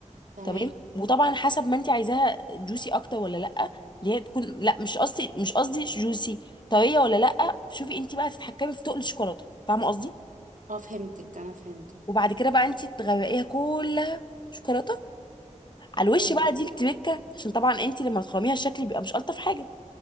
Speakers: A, on the right; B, on the left.
A: تمام
B: تمام وطبعا حسب ما انت عايزاها جوسي اكتر ولا لا اللي هي تكون لا مش قصدي مش قصدي جوسي طريه ولا لا شوفي انت بقى تتحكمي في تقل الشوكولاته فاهمه قصدي
A: اه فهمتك انا فهمت
B: وبعد كده بقى انت تغرقيها كلها شوكولاته على الوش
A: مم.
B: بقى دي التركه عشان طبعا انت لما بتخرميها الشكل بيبقى مش الطف حاجه